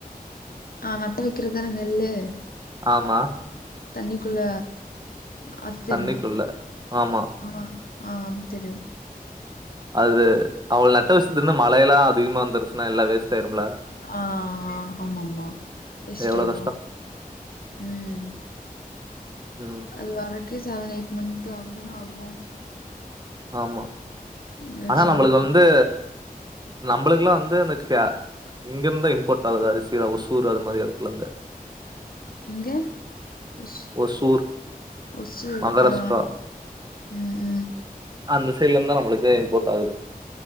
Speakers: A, on the left (about 70°); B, on the right (about 25°).
A: ஆ நட்டு வைக்கறதுதான நெல்லு
B: ஆமா
A: தண்ணிக்குள்ள அது தெரியு
B: தண்ணிக்குள்ள ஆமா
A: ஆ ஆ அது தெரியு
B: அது அவ்ள நட்டு வச்சது இருந்து மழையெல்லா அதிகமா வந்துருச்சுன்னா எல்லா வேஸ்ட் ஆயிரும்ல
A: ஆ ஆமா ஆமா வேஸ்டாயிடு
B: எவ்வளவு
A: ம்
B: உம்
A: அது வர்றதுக்கே செவன் எயிட் மந்த் ஆகுதானே ஆகு
B: ஆமா
A: வெளச்சி
B: ஆனா நம்மளுக்கு
A: வரக்கு
B: வந்து நம்மளுக்கெல்லா வந்து இந்த கா இங்கிருந்து இம்போர்ட் ஆகுது அரிசியலா ஓசூர் அது மாரி எடத்துலருந்து
A: எங்க ஒசு
B: ஒசூர்
A: ஒசூர்
B: மகாராஷ்டிரா
A: ஆஹ் ம் ம்
B: அந்த சைடுலருந்துதா நம்மளுக்கே இம்போர்ட் ஆகுது